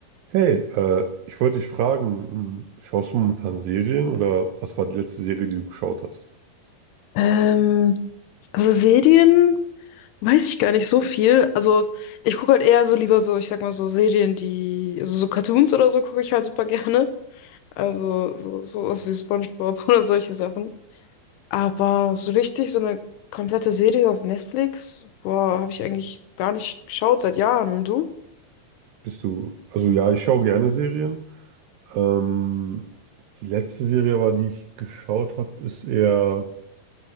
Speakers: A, on the right (about 75°); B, on the left (about 80°).
A: Hey, äh, ich wollte dich fragen, mh, schaust du momentan Serien oder was war die letzte Serie, die du geschaut hast?
B: Ähm, also Serien weiß ich gar nicht so viel. Also ich gucke halt eher so lieber so, ich sag mal so Serien, die, also so Cartoons oder so gucke ich halt super gerne. Also so, sowas wie SpongeBob <laughs> oder solche Sachen. Aber so richtig so eine komplette Serie auf Netflix, boah, habe ich eigentlich gar nicht geschaut seit Jahren. Und du?
A: Bist du, also ja, ich schaue gerne Serien. Ähm, die letzte Serie aber, die ich geschaut habe, ist eher,